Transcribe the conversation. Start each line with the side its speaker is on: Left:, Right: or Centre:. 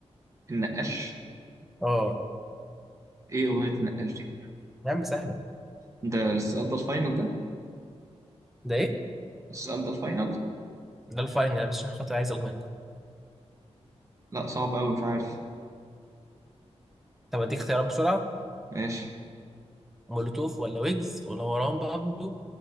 Right: النقاش
Centre: اه
Right: ايه اغنيه النقاش دي
Centre: يا عم سهله
Right: ده السؤال ده الفاينل ده
Centre: ده ايه
Right: السؤال ده الفاينل
Centre: ده الفاينل يا باشا عشان خاطر عايز اقوم اكل
Right: لا صعب قوي مش عارف
Centre: طب اديك اختيارات بسرعه
Right: ماشي
Centre: مولوتوف ولا ويجز ولا مروان بابلو